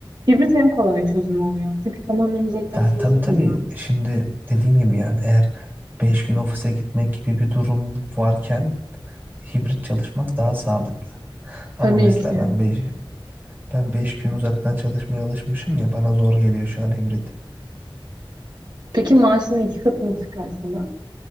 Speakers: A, on the right; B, on the right.
A: hibrit en kolay çözüm oluyor. Çünkü tamamen uzaktan
B: Ya
A: çalışamayacağın
B: tabii tabii
A: için.
B: şimdi dediğin gibi yani eğer 5 gün ofise gitmek gibi bir durum varken hibrit çalışmak daha sağlıklı. Ama
A: Tabii
B: mesela
A: ki.
B: ben 5 ben 5 gün uzaktan çalışmaya alışmışım ya bana zor geliyor şu an hibrit.
A: Peki maaşının iki katını çıkarsalar